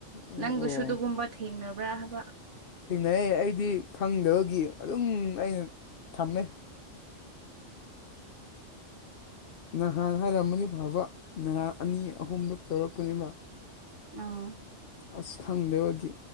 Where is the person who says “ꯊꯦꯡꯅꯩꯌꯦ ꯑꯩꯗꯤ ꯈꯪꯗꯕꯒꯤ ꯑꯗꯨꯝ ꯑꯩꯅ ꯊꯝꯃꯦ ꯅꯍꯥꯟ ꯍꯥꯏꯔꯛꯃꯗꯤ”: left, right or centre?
Left